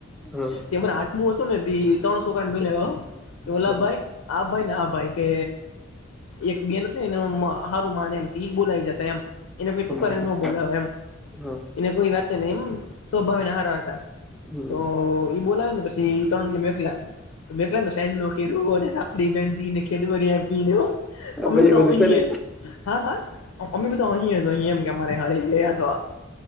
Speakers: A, in the centre; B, on the left (about 85°).
A: હા
B: જ કેરે આઠમું હતું ને ત્રણસોકા મે લ લ
A: હા
B: ભાઈ આ ભાઈ ને આ ભાઈ કે. એક બેન હતી ને હારું માને એમ બોલાઈ જતા એમ. એને કો ટુકારીને
A: સમજી ગયો
B: ન બોલાવે એમ
A: હા
B: એને કોઈ વાતો નહી એમ સ્વભાવને હારા હતા.
A: હમ
B: તો ઈ બોલાવે ને પછી ત્રણ ને મે એકલા. તમે કને સેલો કે અને રાખડી બેન ને ખે કેટબરી આપીને
A: હા
B: અમે
A: ભાઈ
B: તો
A: બધું
B: હસીએ
A: કરે
B: હા હા અમે તો હસીએ. અહી એમ કે મરે હળી ગયા તો.